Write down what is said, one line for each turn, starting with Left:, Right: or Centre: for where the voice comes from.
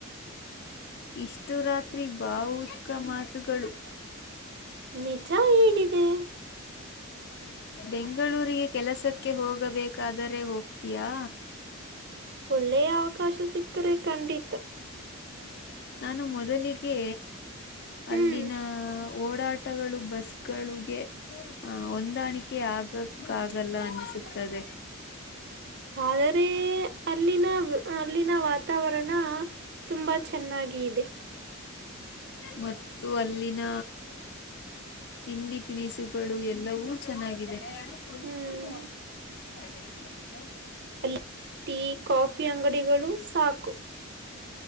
Left: ಓಇಷ್ಟು ರಾತ್ರಿ ಭಾವುಕ ಮಾತುಗಳು
Right: ನಿಜ ಹೇಳಿದೆ
Left: ಬೆಂಗಳೂರಿಗೆ ಕೆಲಸಕ್ಕೆ ಹೋಗಬೇಕಾದರೆ ಹೋಗ್ತೀಯಾ
Right: ಒಳ್ಳೆಯ ಅವಕಾಶ ಸಿಕ್ತ ಕರೆ ಖಂಡಿತ
Left: ನಾನು ಮೊದಲಿಗೆ
Right: ಹ್ಮ್
Left: ಅಲ್ಲಿನ ಓಡಾಟಗಳು ಬಸ್ಸಗಳಿಗೆ ಆ ಹೊಂದಾಣಿಕೆ ಆಗಕ್ಕಾಗಲ್ಲ ಅನಿಸುತ್ತದೆ
Right: ಆದರೆ ಅಲ್ಲಿನ ಅಲ್ಲಿನ ವಾತಾವರಣಾ ತುಂಬಾ ಚೆನ್ನಾಗಿ ಇದೆ
Left: ಮತ್ತು ಅಲ್ಲಿನ ತಿಂಡಿ ತಿನಿಸುಗಳು ಎಲ್ಲವೂ ಚೆನ್ನಾಗಿದೆ ಹ ಕೊಳಿಸುವ
Right: ಹ್ಮ್
Left: <unintelligible> <inaudible>
Right: ಅಲ್ಲಿ ಟೀ ಕಾಫಿ ಅಂಗಡಿಗಳು ಸಾಕು